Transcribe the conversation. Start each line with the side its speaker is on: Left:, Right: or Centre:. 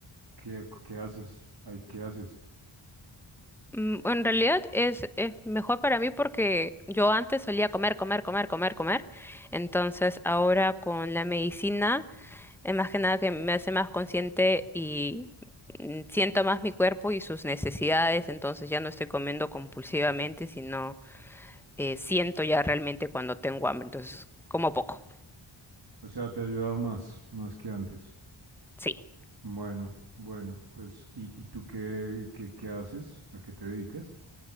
Right: ¿qué, qué haces? Ay, ¿qué haces?
Centre: Mm, En realidad es, es mejor para mí porque yo antes solía comer, comer, comer, comer, comer. Entonces ahora con la medicina es más que nada que me hace más consciente y mm, siento más mi cuerpo y sus necesidades. Entonces ya no estoy comiendo compulsivamente, sino eh, siento ya realmente cuando tengo hambre. Entonces como poco.
Right: O sea, te ha ayudado más, más que antes.
Centre: Sí.
Right: Bueno, bueno, pues, ¿y, y tú qué, qué, qué haces? ¿A qué te dedicas?